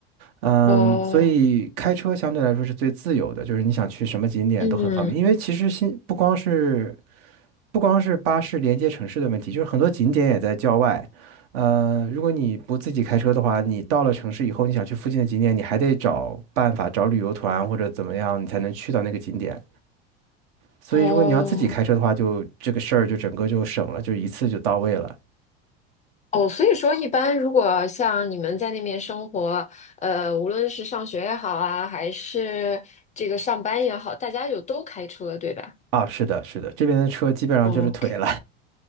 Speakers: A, on the right; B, on the left.
A: 嗯，
B: 哦，
A: 所以开车相对来说是最自由的，就是你想去什么景点都很方便。
B: 嗯，
A: 因为其实新不光是不光是巴士连接城市的问题，就是很多景点也在郊外。呃，如果你不自己开车的话，你到了城市以后，你想去附近的景点，你还得找办法找旅游团或者怎么样，你才能去到那个景点。所以如果你要自己开车的话，
B: 哦，
A: 就这个事儿就整个就省了，就一次就到位了。
B: 哦，所以说，一般如果像你们在那边生活，呃，无论是上学也好啊，还是这个上班也好，大家就都开车，对吧
A: 啊，是的，是的，这边的车基本上就是腿了。
B: 哦？OK。